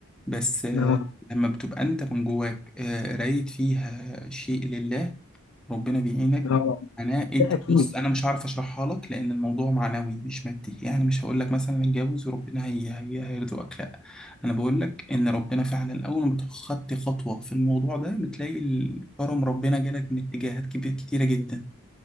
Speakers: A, in the centre; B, on the left.
A: بس آه،
B: آه،
A: لما بتبقى أنت من جواك آه، رايد فيها شيء لله ربنا بيعينك
B: آه،
A: انا انت
B: ده أكيد
A: بص انا مش هعرف اشرحها لك لان الموضوع معنوي مش مادي يعني مش هقول لك مثلا اتجوز وربنا هي هي هيرزقك لا انا بقول لك ان ربنا فعلا اول ما خدت خطوه في الموضوع ده بتلاقي الكرم ربنا جالك من اتجاهات كبير كتيره جدا